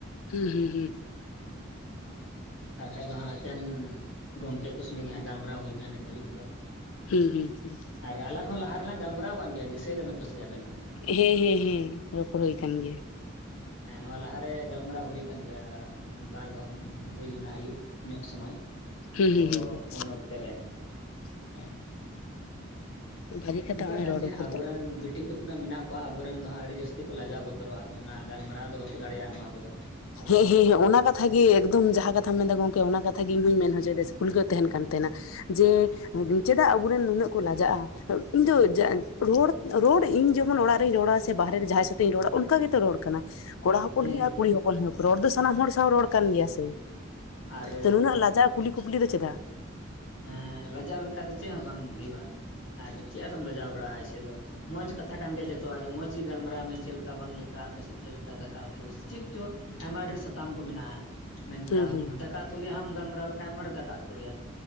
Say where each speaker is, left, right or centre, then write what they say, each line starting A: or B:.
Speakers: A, on the left (about 80°); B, on the left (about 65°).
A: ᱦᱩᱸ ᱦᱩᱸ ᱦᱩᱸ
B: ᱟᱨ ᱠᱷᱟᱡ ᱫᱚ ᱦᱟᱸᱜ ᱮᱠᱮᱱ ᱜᱚᱝᱠᱮ ᱠᱚ ᱥᱚᱸᱜᱮ ᱜᱮ ᱦᱟᱸᱜ ᱜᱟᱞᱢᱟᱨᱟᱣ ᱦᱩᱭ ᱟᱠᱟᱱᱟᱱᱟ ᱱᱤᱛ ᱦᱟᱹᱵᱤᱡ ᱛᱮᱫᱚ
A: ᱦᱩᱸ ᱦᱩᱸ ᱦᱩᱸ
B: ᱟᱨ ᱟᱞᱟᱝ ᱦᱚᱸ ᱞᱟᱦᱟ ᱨᱮᱞᱟᱝ ᱜᱟᱞᱢᱟᱨᱟᱣ ᱠᱟᱱ ᱜᱮᱭᱟ ᱫᱤᱥᱟᱹᱭ ᱫᱟᱵᱮᱱ ᱯᱟᱥᱮᱭᱟᱜ ᱟᱵᱮᱱ ᱦᱚᱸ
A: ᱦᱮᱸ ᱦᱮᱸ ᱦᱮᱸ ᱨᱚᱯᱚᱲ ᱦᱩᱭ ᱠᱟᱱ ᱜᱮᱭᱟ᱾
B: ᱦᱮᱸ ᱱᱚᱣᱟ ᱞᱟᱦᱟᱮ ᱜᱟᱞᱢᱟᱨᱟᱣ ᱦᱩᱭ ᱟᱠᱟᱱ ᱜᱮᱭᱟ ᱵᱟᱨ ᱫᱷᱚᱢ ᱦᱩᱭ ᱞᱮᱱᱟ ᱟᱹᱭᱩᱵ᱾ ᱧᱚᱜ ᱥᱚᱢᱚᱭ
A: ᱦᱩᱸ
B: ᱛᱚ
A: ᱦᱩᱸ ᱦᱩᱸ
B: ᱩᱱ ᱚᱠᱛᱮ ᱨᱮ᱾
A: <unintelligible> ᱵᱷᱟᱜᱤ ᱠᱟᱛᱷᱟ
B: ᱚᱱᱠᱟ
A: ᱱᱚᱜᱼᱚᱭ
B: ᱠᱟᱱ
A: ᱨᱚᱲ
B: ᱜᱮᱭᱟ
A: ᱨᱚᱯᱚᱲ
B: ᱟᱵᱚᱨᱮᱱ
A: ᱛᱟᱞᱟᱝ
B: ᱵᱤᱴᱤ ᱠᱚ ᱛᱤᱱᱟᱹᱜ ᱢᱮᱱᱟᱜ ᱠᱚᱣᱟ ᱟᱵᱚᱨᱮᱱ ᱫᱚ ᱦᱟᱸᱜ ᱟᱹᱰᱤ ᱡᱟᱹᱥᱛᱤ ᱠᱚ ᱞᱟᱡᱟᱣ ᱵᱚᱫᱚᱜᱼᱟ ᱵᱚᱛᱚᱨᱚᱜᱼᱟ, ᱚᱱᱟ ᱜᱟᱞᱢᱟᱨᱟᱣ ᱫᱚ ᱵᱟᱠᱚ ᱫᱟᱲᱮᱭᱟᱜᱼᱟ ᱱᱚᱣᱟ ᱠᱚᱫᱚ᱾ ᱟᱫᱚ
A: ᱦᱮᱸ ᱦᱮᱸ ᱚᱱᱟ ᱠᱟᱛᱷᱟ ᱜᱮ ᱮᱠᱫᱚᱢ ᱡᱟᱦᱟᱸ ᱠᱟᱛᱷᱟᱢ ᱢᱮᱱᱫᱟ ᱜᱚᱝᱠᱮ ᱚᱱᱟ ᱠᱟᱛᱷᱟ ᱜᱮ ᱤᱧᱦᱩᱧ ᱢᱮᱱ ᱦᱚᱪᱚᱭᱮᱫᱟ ᱥᱮ ᱠᱩᱠᱞᱤ ᱛᱟᱦᱮᱱ ᱠᱟᱱ ᱛᱟᱦᱮᱱᱟ᱾ ᱡᱮ ᱪᱮᱫᱟᱜ ᱟᱵᱚᱨᱮᱱ ᱱᱩᱱᱟᱹᱜ ᱠᱚ ᱞᱟᱡᱟᱜᱼᱟ ᱤᱧ ᱫᱚ ᱨᱚᱲ ᱨᱚᱲ ᱤᱧ ᱡᱮᱢᱚᱱ ᱚᱲᱟᱜ ᱨᱤᱧ ᱨᱚᱲᱟ ᱥᱮ ᱵᱟᱦᱨᱮ ᱨᱮ ᱡᱟᱦᱟᱸᱭ ᱥᱟ ᱨᱚᱲᱟ ᱚᱱᱠᱟ ᱜᱮ ᱛᱚ ᱨᱚᱲ ᱠᱟᱱᱟ ᱠᱚᱲᱟ ᱦᱚᱯᱚᱱ
B: ᱦᱮᱸ
A: ᱦᱩᱭᱩᱜᱼᱟ ᱠᱩᱲᱤ ᱦᱚᱯᱚᱱ ᱦᱩᱭᱩᱜ ᱾ ᱨᱚᱲ ᱫᱚ ᱥᱟᱱᱟᱢ ᱦᱚᱲ ᱥᱟᱶ ᱨᱚᱲ ᱠᱟᱱ ᱜᱮᱭᱟ ᱥᱮ
B: ᱟᱨ
A: ᱛᱚ ᱱᱩᱱᱟᱹᱜ ᱞᱟᱡᱟᱣ ᱠᱩᱞᱤ ᱠᱩᱯᱞᱤ ᱫᱚ ᱪᱮᱫᱟᱜ?
B: ᱦᱮᱸ ᱞᱟᱡᱟᱣ ᱞᱮᱠᱷᱟᱡ ᱫᱚ ᱪᱮᱫ ᱦᱚᱸ ᱵᱟᱝ ᱦᱩᱭᱩᱜᱼᱟ ᱟᱨ ᱪᱮᱫ ᱟᱫᱚᱢ ᱞᱟᱡᱟᱣ ᱵᱟᱲᱟᱜᱼᱟ ᱮᱭᱥᱮ ᱫᱚ ᱾ ᱢᱚᱸᱡᱽ ᱠᱟᱛᱷᱟ ᱠᱟᱱ ᱜᱮᱭᱟ ᱡᱚᱛᱚᱣᱟᱜ ᱜᱮ ᱢᱚᱸᱡᱽ ᱜᱮ ᱜᱟᱞᱢᱟᱨᱟᱣ ᱢᱮ ᱪᱮᱫ ᱞᱮᱠᱟ ᱵᱟᱝ ᱞᱮᱠᱟ ᱟᱯᱮᱥᱮᱫ ᱪᱮᱫ ᱞᱮᱠᱟ ᱫᱟᱠᱟ ᱩᱛᱩ? ᱪᱮᱫ ᱪᱚ ᱟᱭᱢᱟ ᱰᱷᱮᱨ ᱥᱟᱛᱟᱢ ᱠᱚ ᱢᱮᱱᱟᱜᱼᱟ᱾ ᱢᱮᱱ ᱠᱮᱭᱟᱢ
A: ᱦᱩᱸ ᱦᱩᱸ
B: ᱫᱟᱠᱟ ᱩᱛᱩ ᱨᱮᱭᱟᱜ ᱦᱚᱸᱢ ᱜᱟᱞᱢᱟᱨᱟᱣ ᱞᱮᱠᱷᱟᱱ ᱢᱟ ᱫᱟᱠᱟ ᱩᱛᱩ ᱨᱮᱭᱟᱜ᱾